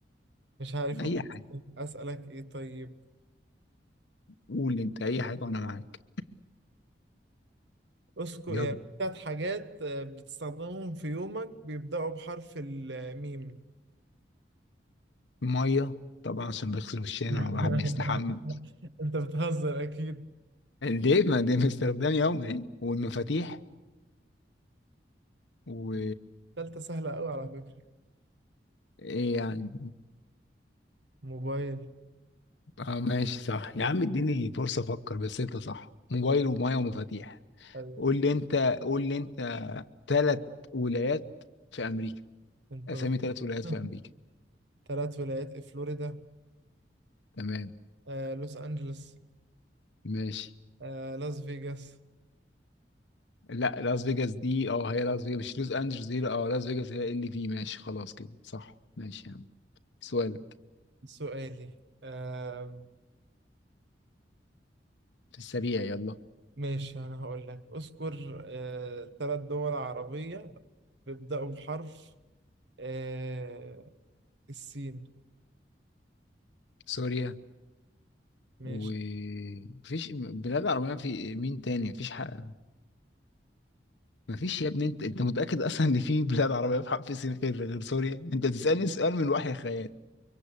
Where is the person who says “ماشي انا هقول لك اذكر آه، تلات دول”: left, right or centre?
Right